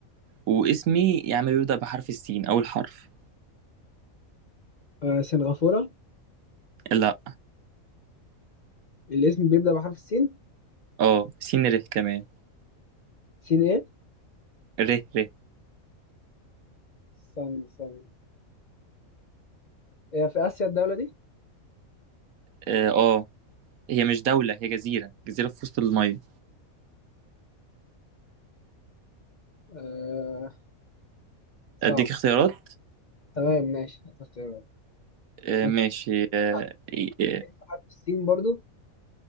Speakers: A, on the right; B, on the left.
A: واسمي يا عم بيبدأ بحرف السين أول حرف
B: آه، سنغافورة
A: لا
B: الاسم بيبدأ بحرف السين
A: اه سين ره كمان
B: سين إيه؟
A: ره ره
B: استنى استنى هي في آسيا الدولة دي؟
A: اه آه. هي مش دولة هي جزيرة جزيرة في وسط المية
B: آه، صعب
A: أديك اختيارات
B: تمام ماشي هتختارها
A: آه
B: انت
A: ماشي آه
B: بتعرف
A: إيه،
B: إيه بحرف السين برضو؟